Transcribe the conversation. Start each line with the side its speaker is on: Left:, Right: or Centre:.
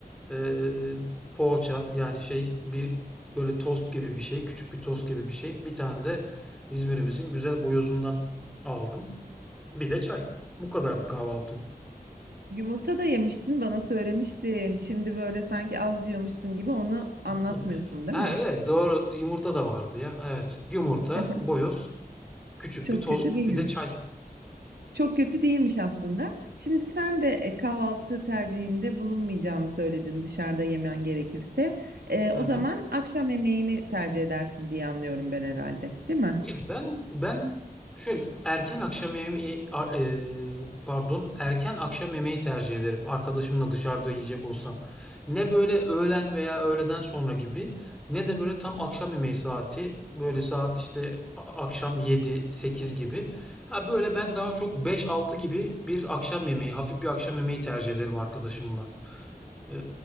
Centre: e, poğaça yani şey bir böyle tost gibi bir şey. Küçük bir tost gibi bir şey. Bir tane de İzmir'imizin güzel boyozundan aldım. Bir de çay. Bu kadardı kahvaltım.
Right: Yumurta da yemiştin, bana söylemiştin. Şimdi böyle sanki az yiyormuşsun gibi onu
Centre: <laughs>
Right: anlatmıyorsun, değil
Centre: Ha,
Right: mi?
Centre: evet doğru yumurta da vardı ya. Evet yumurta,
Right: <laughs>
Centre: boyoz, küçük
Right: Çok
Centre: bir tost
Right: kötü değilmiş.
Centre: bir de çay.
Right: Çok kötü değilmiş aslında. Şimdi sen de e, kahvaltı tercihinde bulunmayacağını söyledin dışarıda yemen gerekirse. E,
Centre: Hı
Right: o
Centre: hı.
Right: zaman akşam yemeğini tercih edersin diye anlıyorum ben herhalde, değil mi?
Centre: Ya ben ben şöyle erken akşam yemeği ar- eee, pardon erken akşam yemeği tercih ederim. Arkadaşımla dışarıda yiyecek olsam. Ne böyle öğlen veya öğleden sonra gibi ne de böyle tam akşam yemeği saati. Böyle saat işte a- akşam yedi sekiz gibi. Ha böyle ben daha çok beş altı gibi bir akşam yemeği, hafif bir akşam yemeği tercih ederim arkadaşımla. Eee,